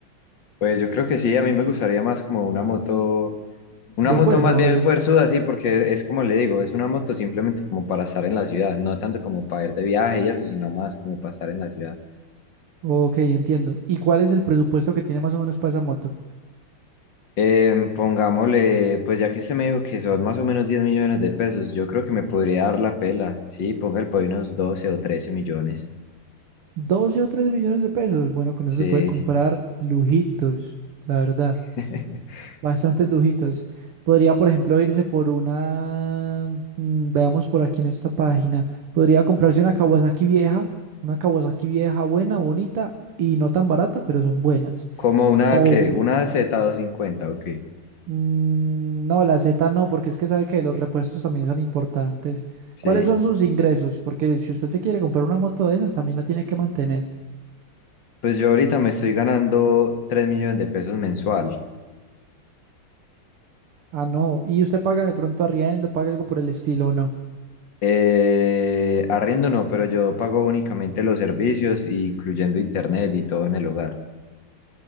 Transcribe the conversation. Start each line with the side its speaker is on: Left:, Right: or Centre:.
Left: Pues yo creo que sí, a mí me gustaría más como una moto, una
Right: De
Left: moto
Right: fuerza
Left: más
Right: o
Left: bien
Right: de...
Left: fuerzuda, sí, porque es como le digo, es una moto simplemente como para estar en la ciudad, no tanto como para ir de viaje y eso, sino más como para estar en la ciudad.
Right: Ok, entiendo. ¿Y cuál es el presupuesto que tiene más o menos para esa moto?
Left: Em, pongámosle, pues ya que usted me dijo que son más o menos 10 millones de pesos, yo creo que me podría dar la pela, sí, póngale por ahí unos doce o trece millones,
Right: 12 o 13 millones de pesos. Bueno, con
Left: sí.
Right: eso se puede comprar lujitos, la verdad.
Left: <laughs>
Right: Bastantes lujitos. Podría, por ejemplo, irse por una, mm, veamos por aquí en esta página, podría comprarse una Kawasaki vieja, una Kawasaki vieja buena, bonita y no tan barata, pero son buenas.
Left: Como una
Right: O,
Left: que, una Z250, doscientos cincuenta, ok,
Right: mm, no, la Z no, porque es que sabe que los repuestos también son importantes.
Left: sí.
Right: ¿Cuáles son sus ingresos? Porque si usted se quiere comprar una moto de esas, también la tiene que mantener.
Left: Pues yo ahorita me estoy ganando 3 millones de pesos mensual.
Right: Ah, no. ¿Y usted paga de pronto arriendo, paga algo por el estilo o no?
Left: Eh, arriendo no, pero yo pago únicamente los servicios, incluyendo internet y todo en el hogar.